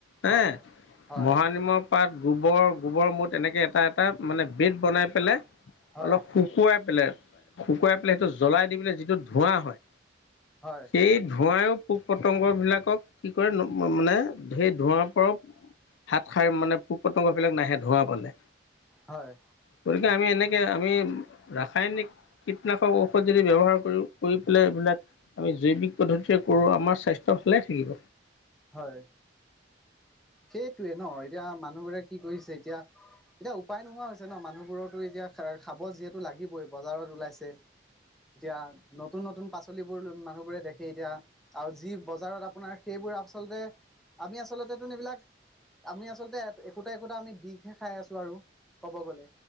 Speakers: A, on the left; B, in the centre.
A: হেঁ
B: হয় হয়
A: মহানিমৰ পাত গোবৰ গোবৰ মুত এনেকৈ এটা এটা মানে বেদ বনাই পেলাই
B: হয়
A: অলপ শুকুৱাই পেলাই শুকুৱাই পেলাই সেইটো জ্বলাই দি পেলাই যিটো ধোঁৱা হয়
B: হয়
A: সেই ধোঁৱাইয়ো পোক পতংগ বিলাকক কি কৰে মানে সেই ধোঁৱাৰ পৰা হাত খাৰে মানে পোক পতংগ‌ বিলাক নাহে ধোঁৱা পালে
B: হয়
A: গতিকে আমি এনেকে আমি ৰাসায়নিক কীটনাশক ঔষধ যদি ব্যৱহাৰ কৰি কৰি পেলাই এইবিলাক আমি জৈৱিক পদ্ধতিৰে কৰো আমাৰ স্বাস্থ্য‌‌ ভালে থাকিব
B: হয় সেইটোৱে নঁ এতিয়া মানুহবোৰে কি কৰিছে এতিয়া এতিয়া উপায় নোহোৱা হৈছে ন মানুহবোৰতো এতিয়া খাব যিহেতু লাগিবই বজাৰত ওলাইছে এতিয়া নতুন নতুন পাচলিবোৰ মানুহবোৰে দেখি এতিয়া আৰু যি বজাৰত আপোনাৰ সেই বোৰ আচলতে আমি আচলতে এইবিলাক আমি আচলতে একোটা একোটা আমি বিষ হে খাই আছো আৰু কব গ'লে